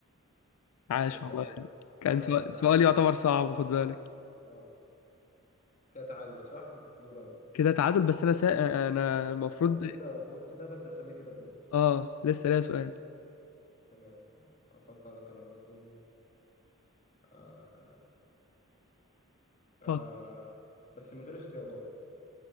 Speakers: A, on the left; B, on the left.
A: عاش
B: كده فرق
A: والله
B: واحد
A: كان
B: كده
A: سؤال
B: تعادل
A: سؤال يعتبر
B: كده
A: صعب خد بالك
B: اه كده تعادل صح دور انا
A: كده تعادل بس انا سا... آه، آه، انا المفروض
B: قلت كده قلت ده بقى تسابي كده بنقطة
A: اه لسه ليا سؤال
B: تمام افكرك انا برضو آه. آه.
A: طب
B: بس من غير اختيارات